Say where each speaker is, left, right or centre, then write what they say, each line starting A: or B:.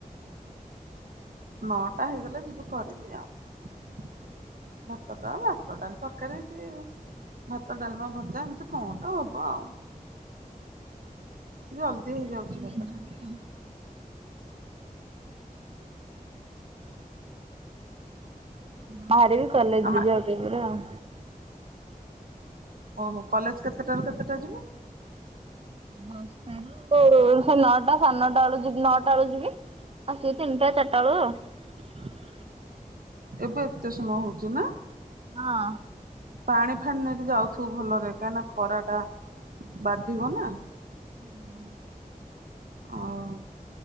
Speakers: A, on the right (about 75°); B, on the right (about 40°).
A: ନଅଟା ହେଇଗଲେ ଯିବି କରିବି ଆଉ। ଭାତଟା ଭାତଡାଲି ତର୍ ତରକାରରେ କି ଭାତ, ଡାଲମା, ଭଜା ଏମିତି କଣ ଗୋଟେ ହବ ଆଉ ଜଲ୍ଦି
B: <unintelligible>
A: ହେଇଯାଉଛି ଭାତଟା
B: ଯିବି ଆଉ। ବାହରିବି କଲେଜ
A: ଆମେ
B: ଯିବି ଆଉ ଟିକେ ପରେ ଆଉ
A: ଓହୋ, କଲେଜ କେତେଟାରୁ କେତେଟା ଯିବୁ?
B: ଦଶଟାରୁ ସେ ନଅଟା, ସାଢ଼େ ନଅଟା, ବେଳୁ ନଅଟା ବେଳୁ ଯିବି। ଆସିବି ତିନିଟା ଚାରିଟା ବେଳୁ ଆଉ
A: ଏବେ ଏତେ ସମୟ ହଉଛି ନା?
B: ହଁ।
A: ପାଣି ଫାଣି ନେଇକି ଯାଉଥିବୁ ଭଲରେ କାହିଁ ନା ଖରା ଟା ବାଧିବ ନା।
B: ହୁଁ <inaudible>
A: ହଉ